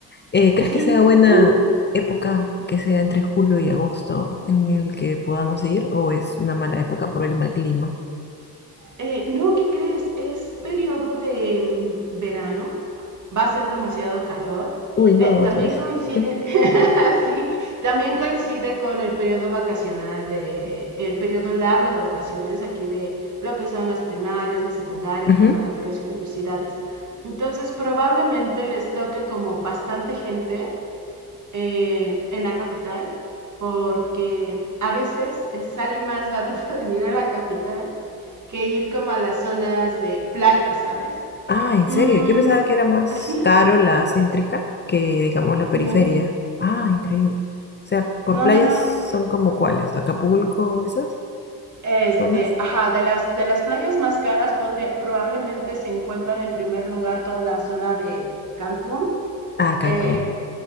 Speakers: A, on the left; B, on the right.
A: Eh, ¿crees
B: Sí,
A: que sea buena
B: y
A: época que sea entre julio y agosto en el que podamos ir o es una mala época por el mal clima?
B: Eh, no, ¿qué crees? Es periodo de mm, verano, va a ser demasiado calor.
A: Uy, no,
B: Eh,
A: otra
B: también
A: vez.
B: coincide,
A: <laughs>
B: <laughs> sí, también coincide con el periodo vacacional de, el periodo largo de vacaciones aquí de lo que son las primarias, las secundarias,
A: Ujú.
B: preparatorias y universidades. Entonces probablemente les toque como bastante gente eh, en la capital, porque a veces eh, sale más barato <laughs> venir a la capital que ir como a las zonas de playa, ¿sabes?
A: Ah, ¿en
B: Mm,
A: serio? Yo pensaba que era más
B: sí,
A: caro la céntrica que, digamos, la periferia.
B: no,
A: Ah, increíble. O sea, por
B: no,
A: playas
B: no, no.
A: son como cuáles, Acapulco, esas
B: Este,
A: zonas.
B: ajá, de las, de las playas más caras podría, probablemente se encuentran en primer lugar toda la zona de Cancún,
A: Ah, Cancún.
B: eh,